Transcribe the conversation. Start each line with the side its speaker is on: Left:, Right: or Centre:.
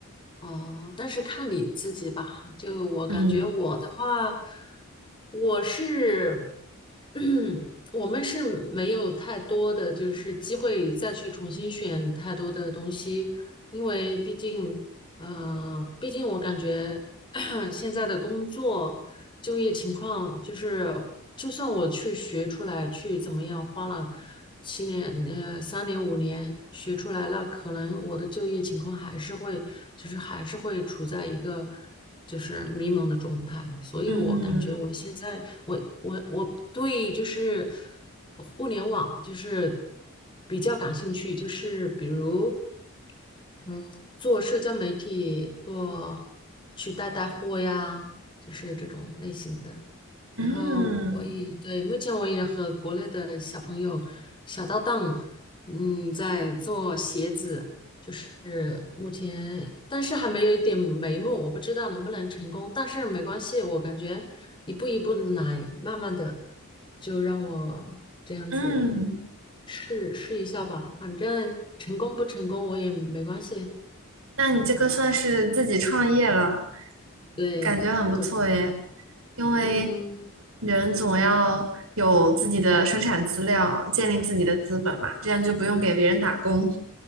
Left: 哦，但是看你自己吧。就我感觉我的话，
Right: 嗯
Left: 我是，<clears throat> 我们是没有太多的就是机会再去重新选太多的东西，因为毕竟，呃，毕竟我感觉 <clears throat> 现在的工作。就业情况就是，就算我去学出来，去怎么样，花了七年、呃三年、五年学出来，那可能我的就业情况还是会，就是还是会处在一个就是迷茫的状态。所以我感觉我嗯现在，
Right: 嗯
Left: 我我我对就是互联网就是比较感兴趣，就是比如嗯，做社交媒体，做去带带货呀，就是这种类型的。然后我也对，
Right: 嗯
Left: 目前我也和国内的小朋友、小搭档，嗯，在做鞋子，就是目前，但是还没有一点眉目，我不知道能不能成功，但是没关系，我感觉一步一步的来，慢慢的，就让我这样子
Right: 嗯，嗯
Left: 试试一下吧，反正成功不成功我也没关系，
Right: 那你这个算是自己创业了，
Left: 对，
Right: 感觉很不错耶。
Left: 我就，
Right: 因为
Left: 嗯
Right: 人总要有自己的生产资料，
Left: 嗯。
Right: 建立自己的资本嘛，这样就不用给别人打工。